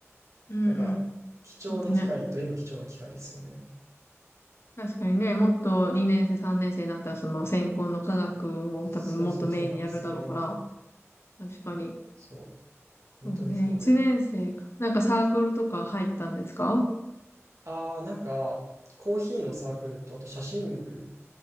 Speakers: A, on the left (about 55°); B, on the right (about 80°).
A: うんうんうんうんうん
B: だから貴重な機会といえば貴重な機会ですよね。
A: ちょっとね、確かにね、もっと2年生、3年生になったら、その専攻の科学を多分もっとメインにやるだろうから、
B: そうそうそうなんですよね。
A: 確かに。
B: そう。本当にそうで。
A: そうね、1年生か。なんかサークルとか入ったんですか
B: あー、なんかコーヒーのサークルとあと写真部